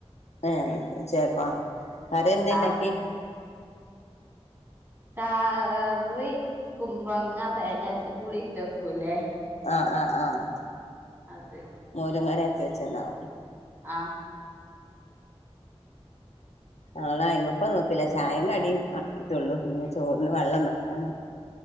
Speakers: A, on the left (about 90°); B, on the right (about 20°).
A: ആഹ് ഉച്ചേക്കാ വേറേ എന്താണ്ടാക്കിയേ
B: ആഹ് കറി കുമ്പങ്ങ തേങ്ങരച് പുളി ഇട്ട്‌ വക്കൂല്ലേ
A: ആഹ് ആഹ് ആഹ്
B: അത്
A: മോരും കറി ആക്കി വെച്ചണ്ടാവും
B: ആഹ്
A: നാളൊയി്മക്കം നോക്കില്ല ചായയും കടി ആക്കിട്ടുള്ളൂ ഇനി ചോറിന്ന് വെള്ളം വെക്കണം